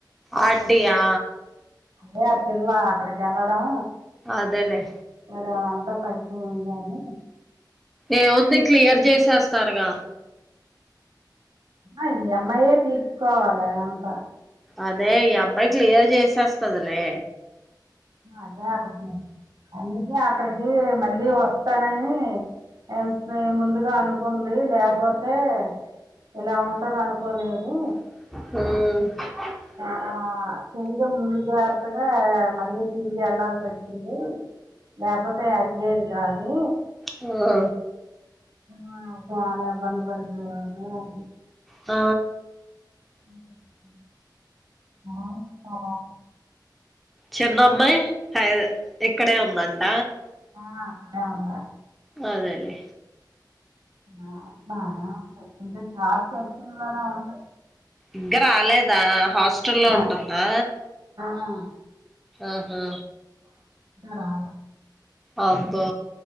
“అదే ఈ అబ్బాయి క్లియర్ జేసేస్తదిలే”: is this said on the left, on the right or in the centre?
Centre